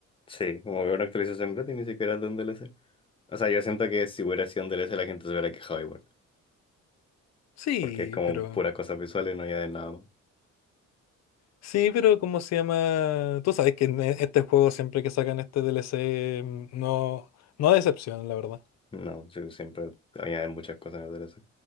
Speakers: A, on the left (about 15°); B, on the left (about 60°).
A: Sí, como que una actualización gratis ni siquiera es de un DLC. O sea, yo siento que si hubiera sido un DLC la gente se hubiera quejado igual.
B: Sí,
A: Porque es como
B: pero...
A: puras cosas visuales, no añaden nada más.
B: Sí, pero ¿cómo se llama? Tú sabes que en e- este juego siempre que sacan este DLC mm, no, no decepcionan, la verdad.
A: No, sí, siempre añaden muchas cosas en el DLC.